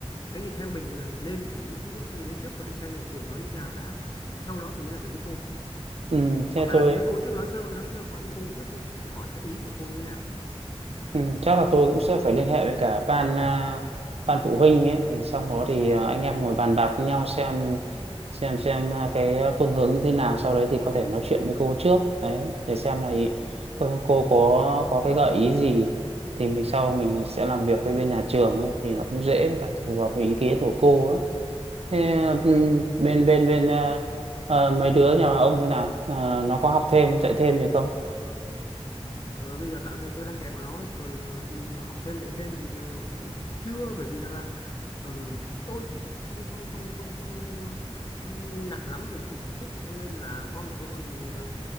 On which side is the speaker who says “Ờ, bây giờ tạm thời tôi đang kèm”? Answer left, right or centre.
Left